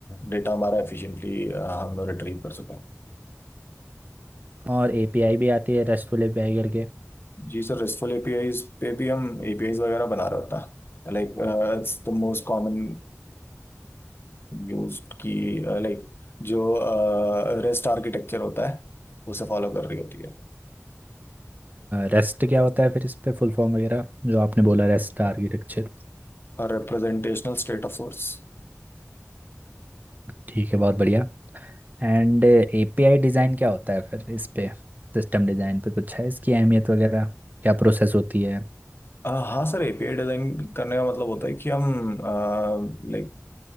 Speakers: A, on the left; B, on the right.
A: डेटा हमारा एफिशिएंटली हम रिट्रीव कर सकें
B: और एपीआई भी आती है रेस्टफुल एपीआई करके
A: जी सर RESTful APIs पे भी हम APIs वगैरह बना रहे होता है लाइक It's the most common use की लाइक जो रेस्ट आर्किटेक्चर होता है उसे फॉलो कर रही होती है
B: रेस्ट क्या होता है फिर इस पे फुल फॉर्म वगैरह जो आपने बोला रेस्ट आर्किटेक्चर
A: और रिप्रेजेंटेशनल स्टेट ऑफ सोर्स
B: ठीक है बहुत बढ़िया एंड एपीआई डिज़ाइन क्या होता है फिर इस पे सिस्टम डिज़ाइन पे कुछ है इसकी अहमियत वगैरह क्या प्रोसेस होती है
A: हाँ सर एपीआई डिजाइन करने का मतलब होता है कि हम लाइक